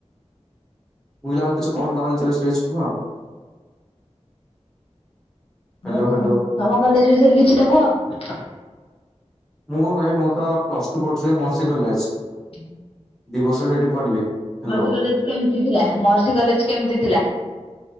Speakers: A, in the centre; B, on the left.
A: ମୋ <unintelligible> ତମ ଚଏସ କିଛି କୁହ? ହ୍ୟାଲୋ
B: ହଉ
A: ହ୍ୟାଲୋ
B: ତମ କଲେଜ ବିଷୟରେ କିଛି ତ କୁହ? <inaudible>
A: ମୁଁ କଣ ଭାଇ ମୁଁ ତ ପ୍ଲସ ଟୁ ପଢଛି ମହର୍ଷି କଲେଜ।
B: ହଁ।
A: ଦି ବର୍ଷ ସେଇଠି ପଢିଲି। ହ୍ୟାଲୋ
B: ମହର୍ଷି କଲେଜ କେମତି ଥିଲା ମହର୍ଷି କଲେଜ କେମତି ଥିଲା?